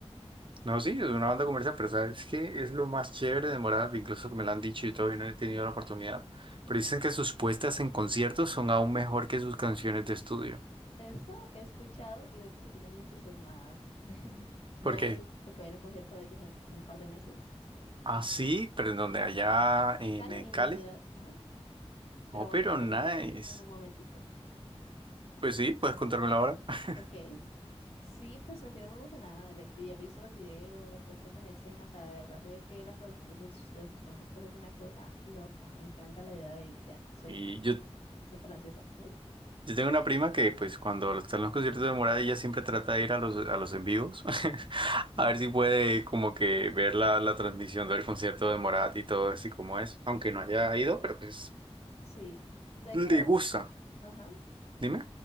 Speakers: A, on the right; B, on the left.
A: No, sí, es una banda comercial, pero sabes que es lo más chévere de Morat, incluso que me lo han dicho y todavía no he tenido la oportunidad.
B: <laughs>
A: Pero
B: Ujú.
A: dicen que sus puestas en conciertos son aún mejor que sus canciones de estudio.
B: Eso he escuchado y de hecho me tiene muy entusiasmada. <laughs> Voy
A: ¿Por
B: a
A: qué?
B: ir porque voy a ir a un concierto de ellos en, en un par de meses,
A: Ah, sí, pero en donde allá
B: en
A: en,
B: Cali,
A: en
B: en
A: Cali.
B: mi ciudad. Ajá. Pero
A: Oh,
B: bueno,
A: pero
B: yo
A: nice.
B: te contaré eso en un momentito.
A: Pues sí, puedes contármelo ahora. <laughs>
B: Ok. Sí, pues me tiene muy emocionada. le- Y he visto los videos, las puestas en escena. O sea, de verdad se ve que la producción de sus, de sus conciertos es una cosa loca. Me encanta la idea de ir ya. Soy
A: Y yo
B: súper ansiosa. ¿Mm?
A: Yo tengo una prima que, pues, cuando están los conciertos de Morat, ella siempre trata de ir a los, a los en vivos. <laughs>
B: ¿Mm?
A: A ver si puede, como que, ver la, la transmisión del concierto de Morat y todo así como es. Aunque no haya ido, pero pues,
B: Sí. De hecho,
A: le gusta.
B: eh, ajá.
A: Dime.